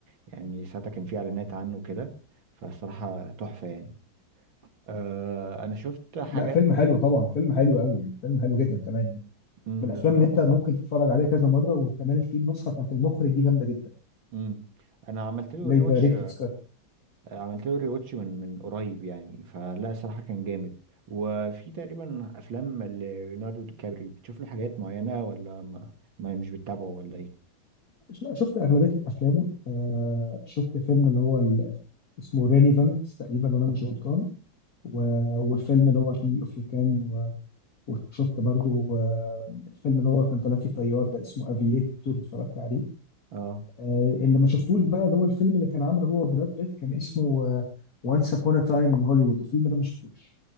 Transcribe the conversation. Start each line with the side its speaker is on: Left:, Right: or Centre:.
Right: يعني ساعتها كان في اعلانات عنه كده فصراحة تحفة يعني آه انا شفت حاجات
Left: لا فيلم حلو طبعا فيلم حلو قوي يعني فيلم حلو جدا كمان يعني
Right: مم،
Left: من الافلام
Right: بالظبط
Left: اللي انت ممكن تتفرج عليها كذا مره وكمان في النسخه بتاعت المخرج دي جامده جدا
Right: مم. انا عملت له
Left: اللي
Right: ري واتش
Left: دايركتور سكات
Right: عملت له ري واتش من من قريب يعني فلا الصراحه كان جامد وفي تقريبا افلام ليوناردو دي كابري بتشوف له حاجات معينه ولا ما, ما مش بتتابعه ولا ايه
Left: لا شفت اغلبيه افلامه آه شفت فيلم اللي هو ال- اسمه رينيفنت تقريبا وانا مش غلطان و- والفيلم اللي هو فيه اوف يو كان وشفت برضو آه، الفيلم اللي هو كان طالع فيه طيار ده اسمه افييتور اتفرجت عليه
Right: اه
Left: آه، اللي ما شفتوش بقى اللي هو الفيلم اللي كان عامله هو براد بيت كان اسمه وانس ابون تايم ان هوليوود الفيلم ده ما شفتوش